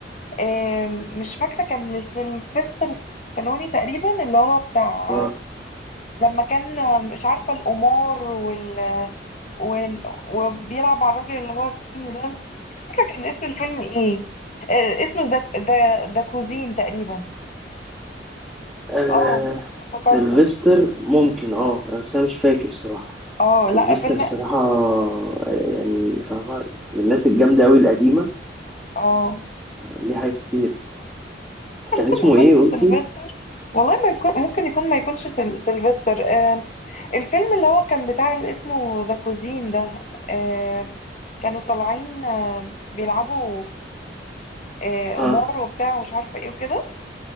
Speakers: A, on the left; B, in the centre.
A: آم، مش فاكرة كان لسيلفستر ستالوني تقريبا اللي هو بتاع
B: اه
A: لما كان آه، مش عارفة القمار وال وال- وبيلعب على الراجل اللي هو التاني ده مش فاكرة كان اسم الفيلم ايه آه، اسمه ذا ذا ذا كوزين تقريبا
B: آه،
A: اه افتكرته
B: سيلفستر ممكن اه بس انا مش فاكر الصراحة
A: اه
B: سيلفستر
A: لا فيلم
B: الصراحة آه، يعني فاهمة من الناس الجامدة أوي القديمة
A: اه
B: ليه حاجات كتير
A: ممكن
B: كان اسمه
A: ما يكونش
B: ايه
A: سيلفستر
B: قلتي؟
A: والله ما يكون ممكن يكون ما يكونش سيل- سيلفستر آه الفيلم اللي هو كان بتاع اللي اسمه ذا كوزين ده آه كانوا طالعين آه بيلعبوا آه
B: اه
A: قمار وبتاع ومش عارفة ايه وكده